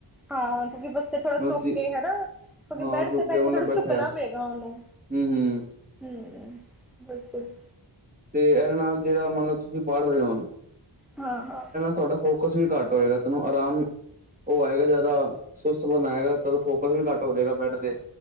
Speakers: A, in the centre; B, on the right.
A: ਹਾਂ ਕਿਉਂਕਿ ਬੱਚੇ ਥੋੜਾ
B: ਮਤਲਬ
A: ਝੁਕ ਕੇ ਹਨਾ ਕਿਉਂਕਿ
B: ਹਾਂ
A: ਬੈਡ
B: ਝੁਕ
A: 'ਤੇ ਬੈਠੇ
B: ਕੇ ਮਤਲਬ
A: ਥੋੜਾ
B: ਬੈਠਾ
A: ਝੁਕਣਾ ਪੇਗਾ ਉਹਨੂੰ।
B: ਹੂੰ ਹੂੰ
A: ਹੂੰ ਬਿਲਕੁਲ।
B: 'ਤੇ ਇਹਦੇ ਨਾਲ ਜੇੜਾ ਮਤਲਬ ਤੁਸੀਂ ਪੜ੍ਹ ਰਹੇ ਓ
A: ਹਾਂ-ਹਾਂ।
B: ਤੁਹਾਡਾ ਫੋਕਸ ਵੀ ਘੱਟ ਹੋਏਗਾ ਤੈਨੂੰ ਆਰਾਮ ਉਹ ਆਏਗਾ ਜ਼ਿਆਦਾ ਸੁਸਤ ਬਣਾਏਗਾ ਤਦ ਫੋਕਸ ਵੀ ਘੱਟ ਹੋਜੇਗਾ ਬੈਡ 'ਤੇ।